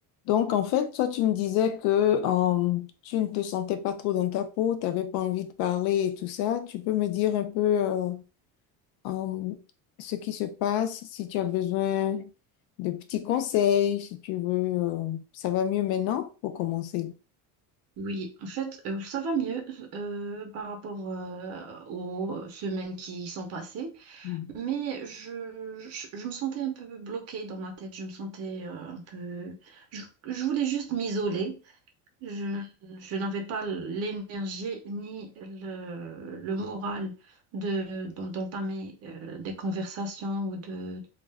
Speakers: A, on the left (about 75°); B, on the right (about 40°).
A: Donc, en fait, toi, tu me disais que euh, tu ne te sentais pas trop dans ta peau, tu n'avais pas envie de parler et tout ça. Tu peux me dire un peu euh, euh, ce qui se passe, si tu as besoin de petits conseils, si tu veux, euh, ça va mieux maintenant pour commencer.
B: Oui, en fait, euh, ça va mieux euh, par rapport euh, aux semaines qui sont passées,
A: Mm.
B: mais je, je, je me sentais un peu bloquée dans ma tête, je me sentais euh, un peu... Je, je voulais juste m'isoler, je, je n'avais pas l'énergie ni le, le moral de, d'en- d'entamer euh, des conversations ou de,